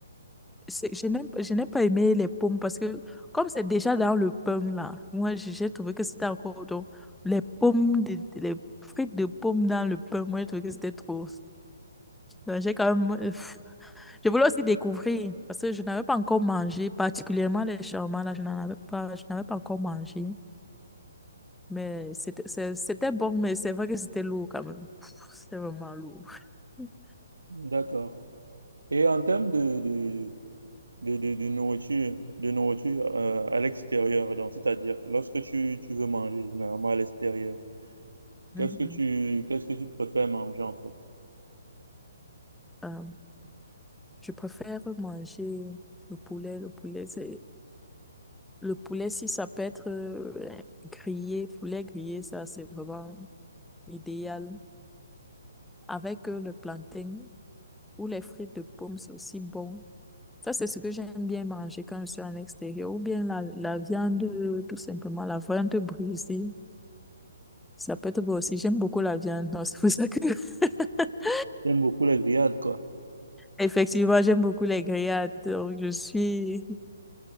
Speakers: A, in the centre; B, on the right.
A: C'est- Je n'aime, je n'ai pas aimé les pommes parce que comme c'est déjà dans le pain là, moi j'ai j'ai trouvé que c'était encore trop. Les pommes, de- de- les frites de pommes dans le pain, moi j'ai trouvé que c'était trop. Donc, j'ai quand même. euh, pff, Je voulais aussi découvrir parce que je n'avais pas encore mangé, particulièrement les shawarma, là, je n'en avais pas, je n'avais pas encore mangé. Mais c'était c'est- c'était bon, mais c'est vrai que c'était lourd quand même. Pff, C'était vraiment lourd. <laughs>
B: D'accord. Et en termes de, de, de, de, de nourriture, de nourriture euh, à l'extérieur. Donc, c'est-à-dire, lorsque tu, tu veux manger généralement à l'extérieur,
A: Mhm.
B: qu'est-ce que tu, qu'est-ce que tu préfères manger en fait?
A: Euh, je préfère manger le poulet. Le poulet, c'est Le poulet, si ça peut être euh, grillé, poulet grillé, ça c'est vraiment idéal. Avec euh, le plantain ou les frites de pomme, c'est aussi bon. Ça, c'est ce que j'aime bien manger quand je suis en extérieur. Ou bien la, la viande, euh, tout simplement, la viande brisée. Ça peut être bon aussi. J'aime beaucoup la viande, donc <laughs> c'est pour ça que... <laughs>
B: J'aime beaucoup les grillades, quoi.
A: Effectivement, j'aime beaucoup les grillades. Donc, je suis